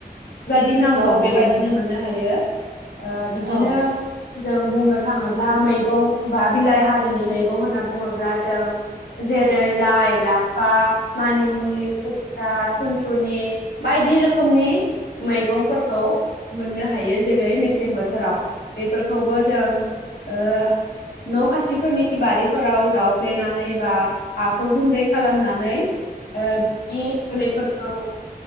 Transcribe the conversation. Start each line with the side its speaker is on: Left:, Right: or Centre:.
Left: बेबायदि नांगौ
Right: औ
Left: बेबायदिनो
Right: नंगौ
Left: मोननो हायो बिदिनो
Right: औ
Left: जों बुंनो थाङोब्ला मैगं बा बिलाइ हारिनि मैगं होनना बुङोब्ला जों जेरै लाइ लाफा मानिमुनि खुथ्रा थुनथुनि बायदि रोखोमनि मैगंफोरखौ मोननो हायो जेरै मेसें बोथोराव बेफोरखौबो जों। न' खाथिफोरनि बारिफोराव जावफ्लेनानै बा हाखौ गुन्दै खालामनानै बि जोलैफोरखौ।